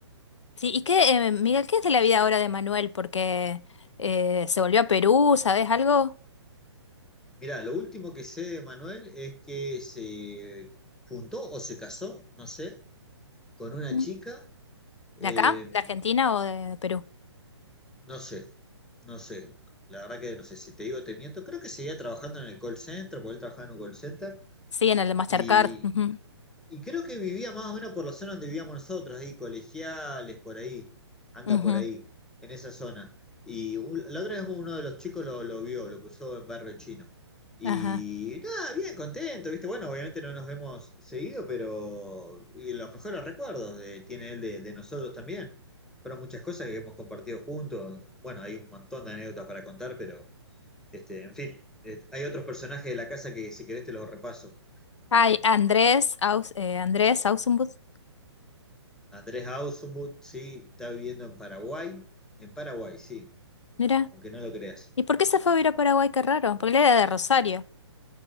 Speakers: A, on the left; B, in the centre.
A: Sí, ¿y qué, eh, Miguel, qué es de la vida ahora de Manuel? Porque eh, se volvió a Perú, ¿sabes algo?
B: Mirá, lo último que sé de Manuel es que se juntó o se casó, no sé, con una
A: Mm.
B: chica,
A: ¿De
B: eh,
A: acá? ¿De Argentina o de Perú?
B: no sé, no sé. La verdad que no sé, si te digo te miento, creo que seguía trabajando en el call center, porque él trabajaba en un call center,
A: Sí, en el de Mastercard.
B: y
A: Ujú,
B: Y creo que vivía más o menos por la zona donde vivíamos nosotros, ahí, colegiales, por ahí, anda
A: ujú,
B: por ahí, en esa zona. Y un- la otra vez uno de los chicos lo, lo vio, lo cruzó en Barrio Chino. Y
A: ajá.
B: nada, bien contento, ¿viste? Bueno, obviamente no nos vemos seguido, pero y los mejores recuerdos eh, tiene él de, de nosotros también. Fueron muchas cosas que hemos compartido juntos. Bueno, hay un montón de anécdotas para contar, pero, este, en fin, eh, hay otros personajes de la casa que si querés te los repaso.
A: Ay, Andrés, Aus, eh, Andrés Ausenbus,
B: Andrés Ausmuth, sí, está viviendo en Paraguay. En Paraguay, sí,
A: mira.
B: aunque no lo creas.
A: ¿Y por qué se fue a vivir a Paraguay? Qué raro, porque él era de Rosario.